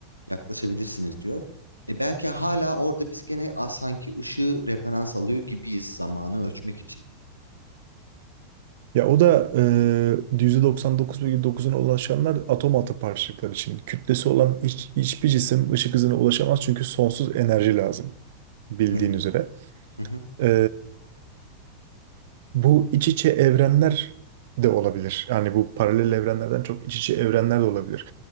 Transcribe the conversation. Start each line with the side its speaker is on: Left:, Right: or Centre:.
Left: yaklaşabilirsiniz diyor. E belki hala orada biz gene a, sanki ışığı referans alıyor gibiyiz zamanı ölçmek için.
Right: Ya o da e, %99,9'una ulaşanlar atom altı parçacıklar için. Kütlesi olan hiç, hiçbir cisim ışık hızına ulaşamaz çünkü sonsuz enerji lazım bildiğin
Left: Hmm.
Right: üzere.
Left: Hı hı,
Right: E, Bu iç içe evrenler de olabilir. Yani bu paralel evrenlerden çok iç içe evrenler de olabilir.